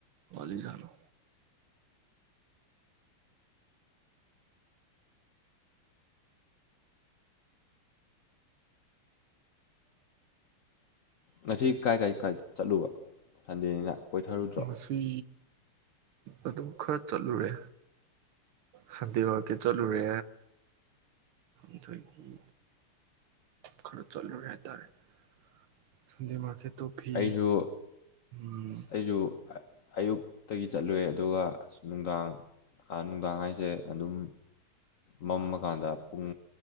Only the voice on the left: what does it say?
ꯉꯁꯤ ꯀꯥꯏ ꯀꯥꯏ ꯀꯥꯏ ꯆꯠꯂꯨꯕ ꯁꯟꯗꯦꯅꯤꯅ ꯀꯣꯏꯊꯔꯨꯗ꯭ꯔꯣ
ꯑꯩꯁꯨ
ꯑꯩꯁꯨ ꯑ- ꯑꯌꯨꯛꯇꯒꯤ ꯆꯠꯂꯨꯔꯦ ꯑꯗꯨꯒ ꯑ ꯅꯨꯡꯗꯥꯡ ꯅꯨꯡꯗꯥꯡ ꯍꯥꯏꯁꯦ ꯑꯗꯨꯝ ꯃꯝꯃꯀꯥꯟꯗ ꯄꯨꯡ